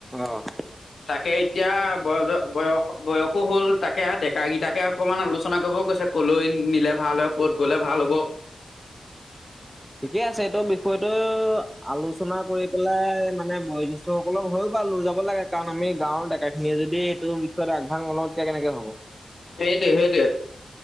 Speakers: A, in the centre; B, on the left.
A: অ
B: তাকেই এতিয়া বয় বয়স বয়সো হ'ল তাকে ডেকাকেইটাকে অকমান আলোচনা কৰিবও কৈছে ক'লৈ নিলে ভাল হয় ক'ত গ'লে ভাল হ'ব।
A: ঠিকে আছে এইটো বিষয়টো আলোচনা কৰি পেলাই মানে বয়োজ্যেষ্ঠ সকলক হয় বাৰ লৈ যাব লাগে কাৰণ আমি গাৱৰ ডেকাই আমিয়ে যদি মেইটো বিষয়ত আগভাগ নলওঁ তেতিয়া কেনেকে হ'ব।
B: সেইটোৱেই সেইটোৱেই।